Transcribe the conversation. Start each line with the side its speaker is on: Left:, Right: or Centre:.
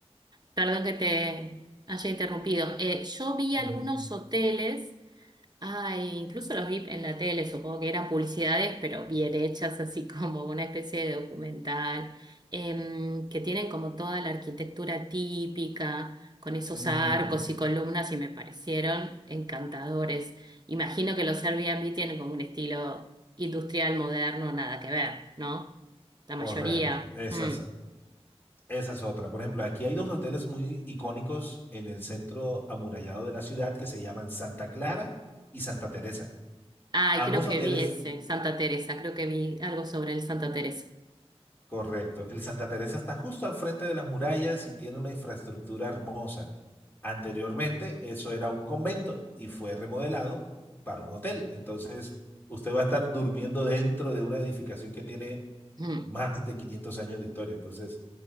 Right: perdón que te haya interrumpido. Eh, yo vi
Left: Ujú,
Right: algunos hoteles Ay, incluso los vi en la tele, supongo que eran publicidades, pero bien hechas, <laughs> así como una especie de documental, em, que tienen como toda la arquitectura típica, con esos
Left: ujú,
Right: arcos y columnas, y me parecieron encantadores. Imagino que los Airbnb tienen como un estilo industrial moderno, nada que ver, ¿no? La
Left: Correcto,
Right: mayoría.
Left: esa
Right: Mm.
Left: es, esa es otra. Por ejemplo, aquí hay dos hoteles muy icónicos en el centro amurallado de la ciudad que se llaman Santa Clara y Santa Teresa.
Right: Ay,
Left: Ambos
Right: creo que
Left: hoteles
Right: vi ese, Santa Teresa, creo que vi algo sobre el Santa Teresa.
Left: Correcto. El Santa Teresa está justo al frente de las murallas y tiene una infraestructura hermosa. Anteriormente, eso era un convento y fue remodelado para un hotel. Entonces, usted va a estar durmiendo dentro de una edificación que tiene
Right: Mm.
Left: más de 500 años de historia. Entonces,